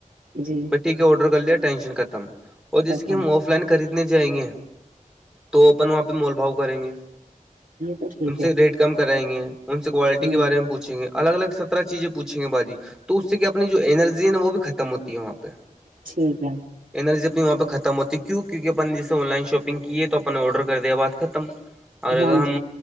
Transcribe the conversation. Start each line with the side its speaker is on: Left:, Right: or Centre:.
Right: جی
Centre: ٹییک آرڈر کر لیا ٹینشن ختم اور جسے
Right: یہ
Centre: کہ ہم آف لائن خریدنے جائیں گے تو اپن وہاں پہ مول بھاؤ کریں گے
Right: تو ٹھیک
Centre: ان سے
Right: ہے
Centre: ریٹ کم کرائیں گے ان سے کوالٹی کے
Right: ہ
Centre: بارے میں پوچھ پچ گے الگ الگ سترہ چیزیں پوچھیں گے باجی تو اس سے کیا اپنی جو انینرجی ہےا وہ بھی ختم ہوتی ہے وہاں پہ
Right: ٹھیک ہے
Centre: انرجی اپنی وہاں پہ ختم ہوتی ہے کیوں کیونکہ اپ نے جیس آن لائن شاپنگ کی ہے تو اپنا آرڈر کر دیا بعد ختم اور اگر
Right: ہاں
Centre: ہم
Right: جی